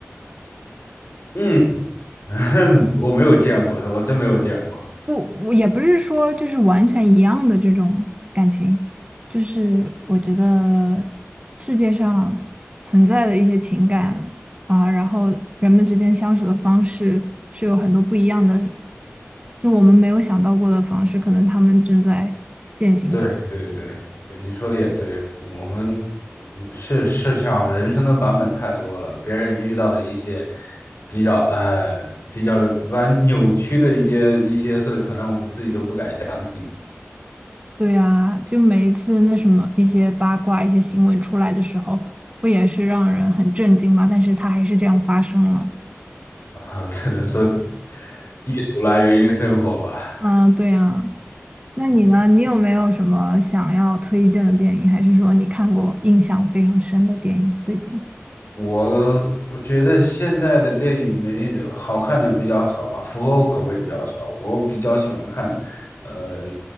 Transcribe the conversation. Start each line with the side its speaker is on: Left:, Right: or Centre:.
Left: 嗯，<laughs> 我没有见过，我真没有见过。
Right: 我我也不是说就是完全一样的这种感情，就是我觉得世界上存在的一些情感啊，然后人们之间相处的方式是有很多不一样的，就我们没有想到过的方式，可能他们正在践行着。
Left: 对对对对，你说的也对，我们嗯是是像人生的版本太多了，别人遇到的一些比较呃比较弯扭曲的一些一些事，可能我们自己都不敢想，
Right: 对啊，就每一次那什么一些八卦、一些新闻出来的时候，不也是让人很震惊吗？但是它还是这样发生了。
Left: <laughs> 只能说艺术来源于生活 <laughs> 吧。
Right: 嗯，对呀，那你呢？你有没有什么想要推荐的电影，还是说你看过印象非常深的电影？最近，
Left: 我我觉得现代的电影没好看的比较少吧，符合我口味的比较少。我比较喜欢看，呃，